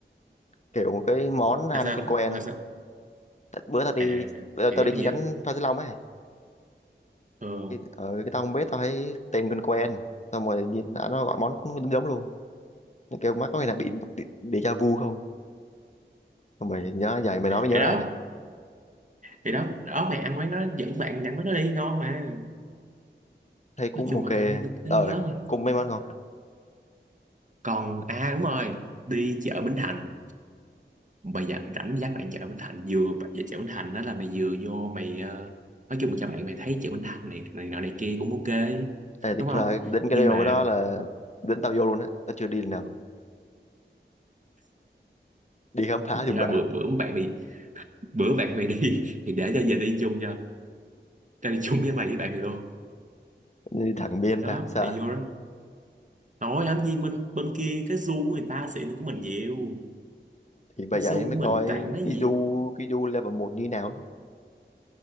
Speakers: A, on the left; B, on the right.
A: kiểu một cái món ăn
B: là sao
A: quen quen
B: là sao
A: Tại bữa tao đi
B: à
A: bữa
B: thì
A: tao
B: nếu
A: đi
B: hình
A: chi
B: như
A: nhánh Phan Xích Long á
B: ừ.
A: Thì- ờ cái tao không biết tao thấy tên quen quen xong rồi nhìn đã nó gọi món cũng giống giống luôn nó kêu má có khi nào bị đi- déjà vu không xong rồi nhớ vậy mày nói mới nhớ
B: thì đó
A: lại này
B: thì đó đó mày ăn quán đó dẫn bạn ăn quán đó đi ngon mà
A: thấy cũng
B: nói chung
A: ok
B: là tao nhớ, tao
A: ờ
B: nhớ rồi
A: cũng mấy món ngon
B: còn à đúng rồi đi chợ Bến Thành mày dặn rảnh dắt bạn chợ Bến Thành vừa về chợ Bến Thành đó là mày vừa vô mày ờ, nói chung là cho bạn mày thấy chợ Bến Thành này này nọ này kia cũng ok
A: Ê, thực
B: đúng
A: ra
B: không
A: đến cái
B: nhưng
A: điều
B: mà
A: cái đó là đến tao vô luôn á tao chưa đi lần nào luôn đi khám phá
B: dạ,
A: giùm bạn
B: bữa bữa bạn mày bữa bạn mày đi <laughs> thì để cho giờ đi chung cho ra đi chung với mày với bạn mày luôn
A: đi thẳng biên
B: đó
A: ta sợ
B: mày vô đó nói làm gì mình bên kia cái du của người ta xịn hơn của mình nhiều
A: thì bởi
B: cái du
A: vậy
B: của
A: mới coi
B: mình toàn mấy
A: cái
B: gì
A: du cái du level một như thế nào đó.